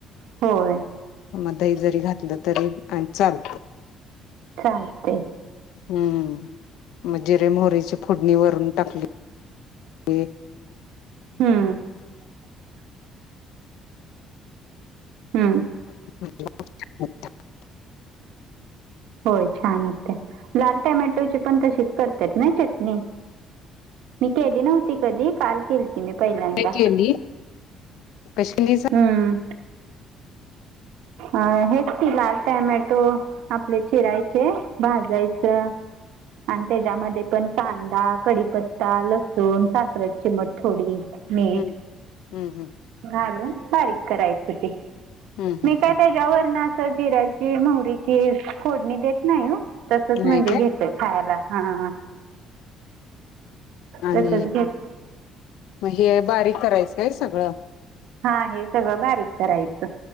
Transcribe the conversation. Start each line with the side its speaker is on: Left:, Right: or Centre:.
Right: होय.
Left: मग दही जरी घातलं तरी आणि चाल
Right: चालते
Left: हम्म मग जिरे मोहरीची फोडणी वरून टाकली ते
Right: हम्म हम्
Left: ह
Right: होय छान होते लाल टमॅटोची पण तशीच करतात ना चटणी मी केली नव्हती कधी काल केलती मी पहिल्यांदा
Left: काय केली कशी केलीस
Right: हम्म अ हेच ती लाल टमॅटो आपले चिरायचे भाजायच हां आणि त्याच्यामध्ये पण कांदा कडीपत्ता लसूण साखर चि मट थोडी मीठ
Left: हम्म हम्म हम्म
Right: घालून बारीक करायच ते
Left: हम्म हम्म
Right: मी काय
Left: हम्म
Right: त्याच्यावर ना असं जिऱ्याची मोहरीची फोडणी देत नाही हो तसच म्हणजे
Left: नाही काय
Right: घेतय खायला हा
Left: आणि
Right: तसच घेत
Left: मग हे बारीक करायचं काय सगळं
Right: हा हे सगळं बारीक करायचं